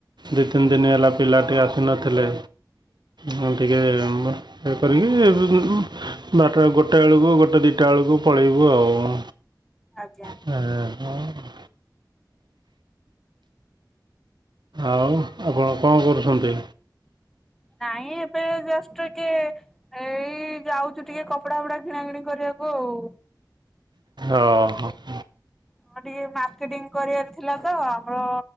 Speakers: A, on the right (about 80°); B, in the centre.
A: ଦୁଇ ତିନି ଦିନ ହେଲା ପିଲା ଟିକେ ଆସିନଥିଲେ ମୁଁ ଟିକେ
B: ଆଜ୍ଞା
A: ଇଏ କରିକି ବାରଟା ଗୋଟାଏ ବେଳକୁ ଗୋଟେ ଦିଟା ବେଳକୁ ପଳେଇବୁ ଆଉ। <inaudible>
B: ଆଜ୍ଞା।
A: ଏ କଣ? ଆଉ ଆପଣ କଣ କରୁଛନ୍ତି?
B: ନାଇଁ ଏବେ ଜଷ୍ଟ ଟିକେ ଏଇ ଯାଉଛୁ ଟିକେ କପଡା ଫପଡା କିଣା କିିଣି କରିବାକୁ ଆଉ।
A: ଅ ହ।
B: ଆଉ ଟିକେ ମାର୍କେଟିଂ କରିବାର ଥିଲା ତ। ହ